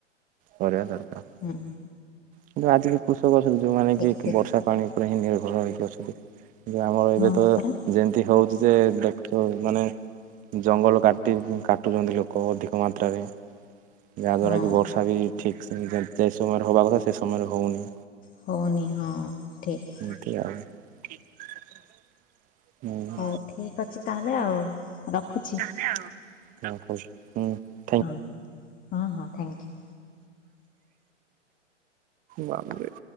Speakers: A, on the right; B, on the left.
A: କରିବା ଦରକାର।
B: ହୁଁଁ।
A: କିନ୍ତୁ ଆଜିିକ କୃଷକ ଅଛନ୍ତି ଯୋଉମାନେ
B: ଠିକ୍
A: କି
B: ଠିକ୍
A: ବର୍ଷା ପାଣି ଉପରେ ହିଁ ନିର୍ଭର ହେଇକି ଅଛନ୍ତି। ଆମର
B: ହଁ
A: ଏବେ ତ
B: ପରା
A: ଯେମିତି ହଉଛି ଯେ ଦେଖ ମାନେ ଜଙ୍ଗଲ କାଟି କାଟୁଛନ୍ତି ଲୋକ ଅଧିକ ମାତ୍ରାରେ। ଯାହାଦ୍ୱାରା
B: ହଁ
A: କି ବର୍ଷା ବି ଠିକ୍ ଯେ ସମୟରେ ହେବା କଥା ସେ ସମୟରେ ହଉନି।
B: ହଉନି ହଁ ଠିକ।
A: <inaudible> ହୁଁ।
B: ହଉ ଠିକ୍ ଅଛି ତା ହେଲେ ଆଉ ରଖୁଛି।
A: <inaudible>
B: ହଁ ହଁ ହଁ ଥ୍ୟାଙ୍କୟୁ।
A: ବାପରେ।